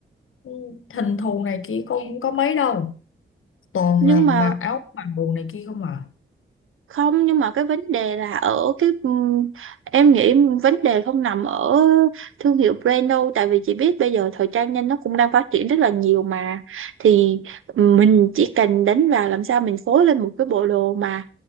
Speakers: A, on the left; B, on the right.
A: ừ, hình thù này kia con không có mấy đâu toàn
B: Nhưng
A: là mà
B: mà
A: áo mặc đồ này kia không à
B: không nhưng mà cái vấn đề là ở cái ừm, em nghĩ vấn đề không nằm ở thương hiệu brand đâu tại vì chị biết bây giờ thời trang nhanh nó cũng đang phát triển rất là nhiều mà thì mình chỉ cần đánh vào làm sao mình phối lên một cái bộ đồ mà